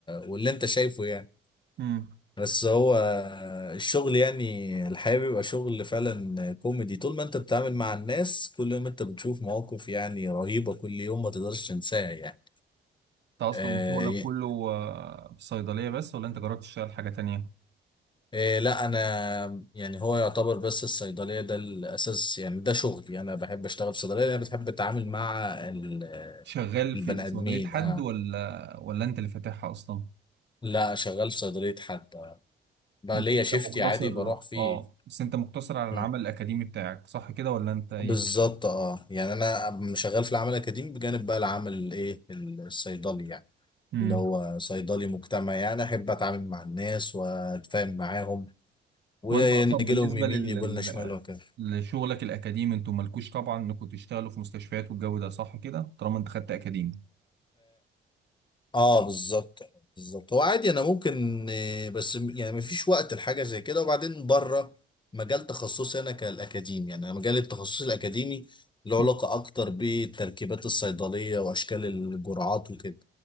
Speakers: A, on the left (about 25°); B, on the right (about 60°).
A: واللي انت شايفه يعني
B: امم
A: بس هو الشغل يعني الحقيقة بيبقى شغل فعلا كوميدي طول ما انت بتتعامل مع الناس كل يوم انت بتشوف مواقف يعني رهيبة كل يوم ما تقدرش تنساها يعني
B: انت اصلا
A: آه
B: شغلك كله آه، في الصيدليه بس ولا انت جربت تشتغل حاجه تانية
A: آه لا انا يعني هو يعتبر بس الصيدليه ده الاساس يعني ده شغلي انا بحب اشتغل في صيدليه انا بتحب اتعامل مع ال- آه،
B: شغال
A: البني
B: في صيدليه
A: ادمين
B: حد
A: اه
B: ولا ولا انت اللي فاتحها اصلا
A: لا شغال في صيدليه حد آه. بقى
B: بس
A: ليا
B: انت
A: شيفتي
B: مقتصر
A: عادي بروح فيه
B: اه بس انت مقتصر على
A: مم.
B: العمل الاكاديمي بتاعك صح كده ولا انت ايه
A: بالظبط اه يعني انا شغال في العمل الاكاديمي بجانب بقى العمل الايه الصيدلي يعني
B: امم
A: اللي هو صيدلي مجتمعي يعني احب اتعامل مع الناس واتفاهم معاهم ونيجي
B: وانت اصلا بالنسبه
A: لهم يمين
B: لل...
A: يقول
B: لل-
A: لنا شمال وكده
B: لشغلك الاكاديمي انتوا مالكوش طبعا انكم تشتغلوا في مستشفيات والجو ده صح كده طالما انت خدت اكاديمي
A: اه بالظبط بالظبط هو عادي انا ممكن آه، بس م- يعني مفيش وقت لحاجه زي كده وبعدين بره مجال تخصصي انا كالاكاديمي يعني أنا مجال التخصص الاكاديمي له
B: مم.
A: علاقه اكتر بالتركيبات الصيدليه واشكال الجرعات وكده